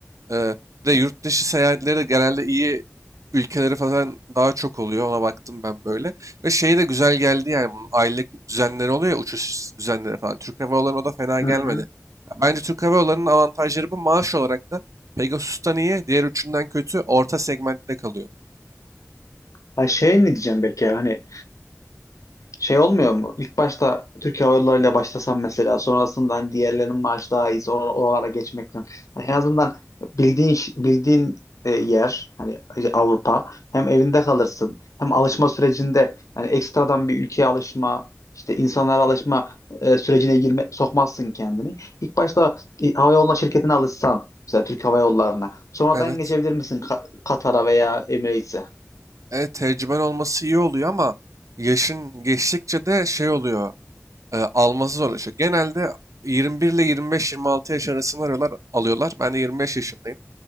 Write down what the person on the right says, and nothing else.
Eee ve yurt dışı seyahatleri de genelde iyi ülkeleri falan daha çok oluyor. Ona baktım ben böyle. Ve şey de güzel geldi yani bunun aylık düzenleri oluyor ya uçuş düzenleri falan. Türk Hava Yolları'na da fena
gelmedi.
Ya Bence Türk Hava Yolları'nın avantajları bu maaş olarak da Pegasus'tan iyi, diğer üçünden kötü, orta segmentte kalıyor.
Evet.
Evet tecrüben olması iyi oluyor ama yaşın geçtikçe de şey oluyor. e, alması zorlaşıyor. Genelde 21 ile 25-26 yaş arasını arıyorlar, alıyorlar. Ben de 25 yaşındayım.